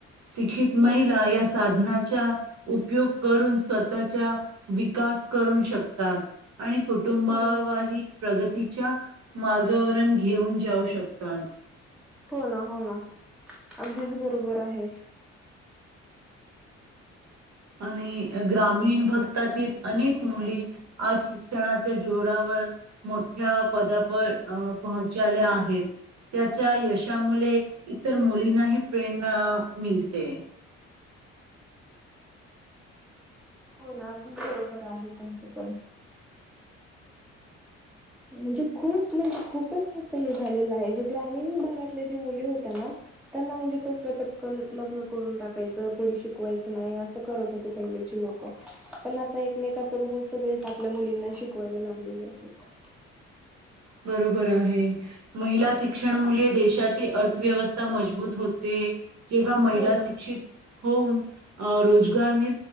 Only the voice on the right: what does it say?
शिक्षित महिला
या साधनात चा उपयोग करून स्वतःचा विकास करु शकतात. आणि कुटुंबावाही
प्रगतीच्या मार्गावरण घेऊन जाऊ शकतात.
आणि ग्रामीण भक्तातील अनेक मुली आज शिक्षणाच्या जोरावर मोठ्या पदापं पोहोचाल्या आहेत त्याच्या यशामुळे इतर मुलींनाही प्रेरणा मिळते
बरोबर आहे महिला शिक्षण मुळे. देशाची अर्थव्यवस्था मजबूत होते. जेव्हा महिला
शिक्षित होऊन. अ रोजगार मि